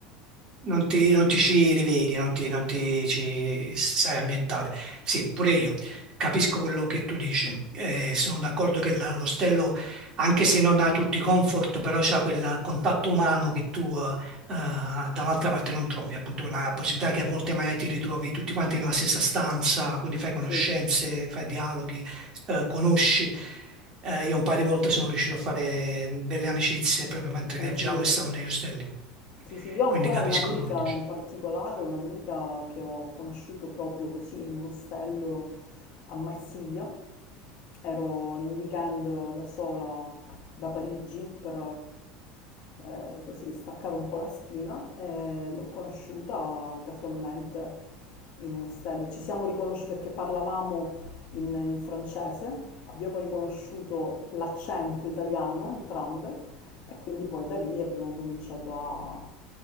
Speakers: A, on the right; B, on the left.
A: Non ti, non ti ci rivedi, non ti, non ti ci sai ambientare. Sì, pure io capisco quello che tu dici. Eh, sono d'accordo che la- l'ostello, anche se non ha tutti i comfort, però c'ha quel contatto umano che tu eh, eh, da un'altra parte non trovi, appunto quella possibilità che a volte magari ti ritrovi tutti quanti nella stessa stanza, quindi fai conoscenze,
B: Sì,
A: fai dialoghi, eh, conosci. Eh, io un paio di volte sono riuscito a fare mm, belle amicizie proprio mentre
B: anch'io.
A: viaggiavo e stavo negli ostelli,
B: Sì, sì, io ho
A: quindi
B: ancora
A: capisco
B: un'amica
A: quello che dici.
B: in particolare, un'amica che ho conosciuto proprio così in un ostello a Marsiglia. Ero in un weekend da sola da Parigi per eh, così staccare un po' la spina e l'ho conosciuta casualmente in un ostello. Ci siamo riconosciuti perché parlavamo in, in francese, abbiamo riconosciuto l'accento italiano entrambe e quindi poi da lì abbiamo cominciato a